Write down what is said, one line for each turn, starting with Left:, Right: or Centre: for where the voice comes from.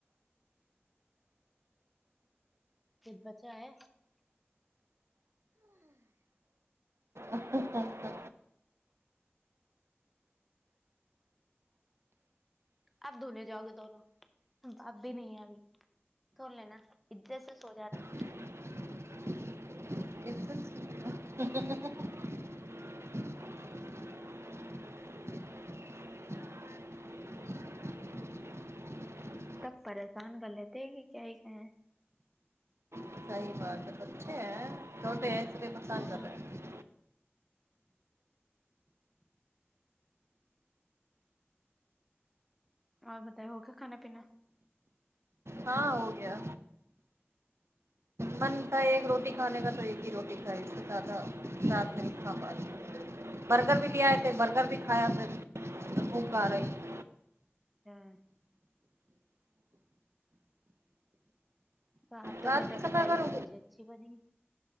Centre: بچہ ہے
Right: اچھا اچھا اچھا
Centre: اپ دھونے جاؤ گے دونوں اپ بھی نہیں ہیں ابھی سو لینا اججت سے سوجانا
Right: <inaudible>
Centre: سب پریشان کر لیتے ہیں کہ کیا ہی کہ ہیں
Right: <inaudible>
Centre: ہاں اور بتائی ہوگیا کھانا پینا
Right: ہاں ہو گیا مند ایک روٹی کھانے کا تو ایک ہی روٹی تھا اس سے زیادہ رات میں برگر بھی لے آئے تھے برگر بھی کھایا پھر وہ کا رہے
Centre: ہاں تو آپ تو
Right: رات
Centre: گئے تو
Right: کے
Centre: کٹل
Right: سمے اگر
Centre: کی سبزی اچھی بنی گ